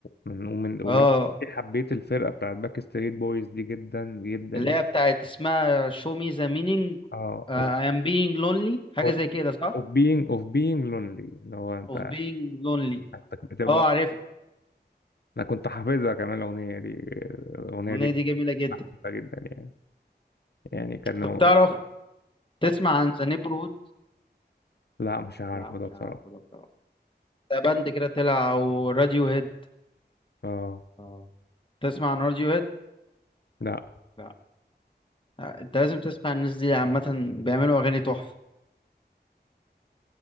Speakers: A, on the left (about 65°); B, on the left (about 30°).
A: ومن ومن ومن
B: اه
A: حبيت الفرقة بتاعت باك ستريت بويز دي جدا جدا
B: اللي
A: يعني
B: هي بتاعت اسمها show me the meaning
A: اه
B: uh, I
A: of,
B: am being lonely حاجه
A: for-
B: زي كده صح
A: of being of being lonely اللي هو انت
B: of being lonely
A: انت بتبقى
B: اه عارف
A: انا كنت حافظها كمان الأغنية دي الأغنية
B: الاغنيه
A: دي كنت
B: دي جميله جدا
A: حافظها جدا يعني يعني كانوا
B: طب تعرف تسمع عن ذا neighborhood
A: لا مش عارفه
B: لا مش
A: ده بصراحة
B: عارفه ده بصراحة ده باند كده طلع او راديو هيد
A: اه
B: اه تسمع عن راديو هيد
A: لا
B: لا انت لازم تسمع الناس دي عامة بيعملوا اغاني تحفة